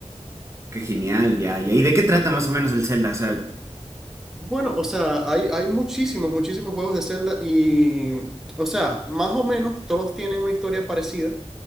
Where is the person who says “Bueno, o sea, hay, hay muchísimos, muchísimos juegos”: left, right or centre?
Centre